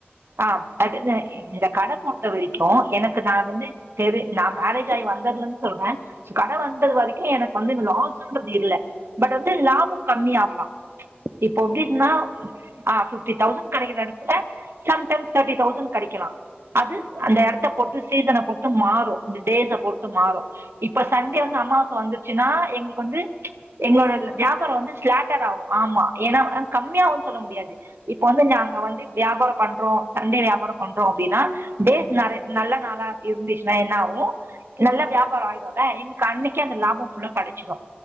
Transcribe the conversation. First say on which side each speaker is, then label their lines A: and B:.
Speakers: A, on the right; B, on the left.
A: ஆ அதுதா இந்த கட பொறுத்த வரிக்கு எனக்கு நா வந்து தெரு நா மேரேஜாய் வந்ததுலந்து சொல்றே ச்சு கட வந்த
B: ஆ
A: வரைக்கு எனக்கு வந்து லாஸுன்றது இல்ல பட் வந்து லாபோ கம்மியாகலா இப்போ
B: ஓ
A: எப்டின்னா
B: ஓகே
A: ஆ ஃபிப்டி டௌசண்ட் கெடைக்குற எடத்துல சம்டைம்ஸ் தேர்டி டௌசண்ட் கெடிக்கலா அது
B: ஓ
A: அந்த எடத் த பொறுத்து சீசன பொறுத்து மாறு இந்த டேஸ்ஸ பொறுத்து மாறு இப்ப சண்டே
B: ஆ
A: வந்து
B: ஆமா
A: அமாவாச‌ வந்து சுனா எங்களுக்கு வந்து எங்களோட
B: லாஸ் கொஞ்சோ
A: வியாபாரோ
B: கம்மியா வரு
A: வந்து ஸ்லாட்டர் ஆகு ஆமா ஏனா கம்மியாவுன் சொல்ல முடியாது இப்ப வந்து நாங்க வந்து வியாபாரொ பண்றோ சண்டே வியாபாரொ பண்றோ அப்டின்னா டேஸ் நெறை நல்ல நாளா அப்டி இருந்துச்சுனா என்ன ஆவு நல்லா வியாபாரொ ஆய்டுல இன்னிக்கு அன்னைக்கே அந்த லாபோம் ஃபுல்லா கெடச்சுரு